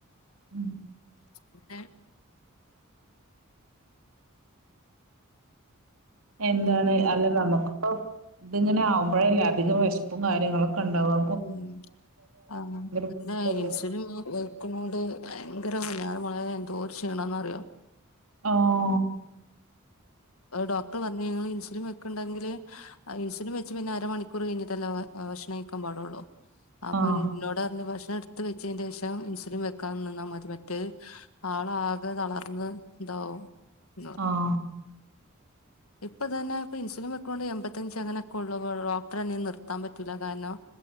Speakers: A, on the right; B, on the left.
A: ഉം
B: അങ്ങനെ
A: എന്താണ് അല്ല നമുക്ക്പ്പോ തിങ്ങനെ ആവുമ്പോഴല്ലേ അധികം വെശ്പ്പും കാര്യങ്ങളൊക്കെണ്ടാവാ.
B: ഉം ആഹ്
A: ബുദ്ധിമുട്ടല്ലേ
B: ഏഹ് ഇൻസുലിൻ വേ കൊണ്ട് ഭയങ്കര പൊന്നാര മളേ എന്തോര് ക്ഷീണന്നറിയോ
A: ഓഹ്
B: ഡോക്ടർ പറഞ്ഞു ഇങ്ങള് ഇൻസുലിൻ വെക്കെണ്ടെങ്കില് ആ ഇൻസുലിൻ വെച്ച് പിന്നെ അര മണിക്കൂർ കയ്ഞ്ഞ്ട്ടല്ലേ ഭക്ഷണം കഴക്കാൻ പാടൊള്ളൂ അപ്പൊ
A: ആഹ്
B: ന്നോട്റഞ്ഞു ഭക്ഷണട്ത്ത് വെച്ചേന്റേഷം ഇൻസുലിൻ വെക്കാനിന്നാൽ മതി മറ്റേത് ആളാകെ തളർന്ന്താവും ന്ന്‌ പറഞ്ഞു
A: ആഹ്
B: ഇപ്പൊ തന്നെ ഇപ്പിൻസുലിൻ വെക്ക്ണോണ്ട് എമ്പത്തഞ്ച് അങ്ങനെക്കെള്ളു ഡോക്ടറഞ്ഞു നിർത്താൻ പറ്റൂല്ല കാരണം